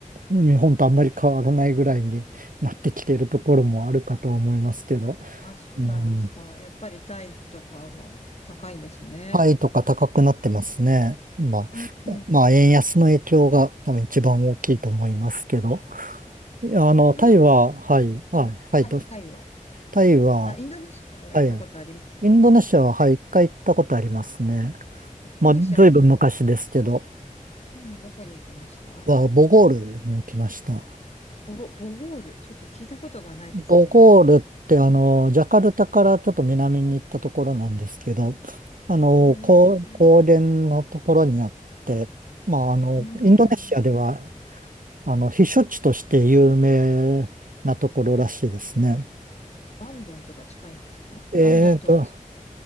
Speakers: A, on the right; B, on the left.
A: 日本とあんまり変わらないぐらいになってきているところもあるかと思いますけど、
B: あ、そうなんですか。
A: うん、
B: やっぱりタイとかは高いんですね。
A: タイとか高くなってますね。まあ、
B: うん、
A: えまあ、円安の影響が多分一番大きいと思いますけど、いやあの、
B: インドネシ
A: タイは、はい、あ、
B: ア、うんタイ、
A: はい、ど
B: タイは
A: タイは、
B: あ、インドネシアは行ったことあります
A: はい。インドネシアは、はい、一回行ったことありますね。
B: インドネシアはどこに、
A: まあ、ずいぶん昔ですけど、
B: うん、どこに行きました
A: は、ボゴールに行きました。
B: ボ、ボゴール。ちょっと聞いたことがないですね、
A: ボゴールって、
B: インドネシ
A: あの、ジャカルタからちょっと南に行ったところなんですけど、あの、
B: ア。へえ。
A: 高、高原のところにあって、まあ、あの、
B: うん。
A: インドネシアでは、あの、避暑地として有名なところらしいですね。
B: バンドンとか近いんですかバンドンとは違
A: えーと、